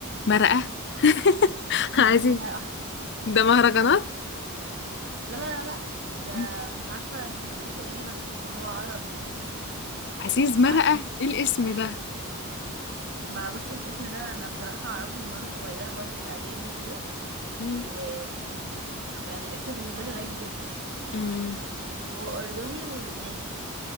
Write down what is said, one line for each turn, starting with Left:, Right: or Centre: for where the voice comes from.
Left: مرقه <laughs> عايزين
Right: عزيز مرقة أحمد
Left: ده مهرجانات
Right: أنا ب... لا لا لا لا ده
Left: مم.
Right: مش عارفة جنسيته إيه بس هو عربي يعني
Left: عزيز
Right: مش
Left: مرقة
Right: عارفة <laughs>
Left: ايه الاسم ده
Right: ما بصي الاسم ده أنا بصراحة أعرفه من وأنا صغيرة برضه في إعدادي كده
Left: مم.
Right: وكان الاسم بالنسبة لي غريب جدا
Left: امم
Right: هو أردني ولبناني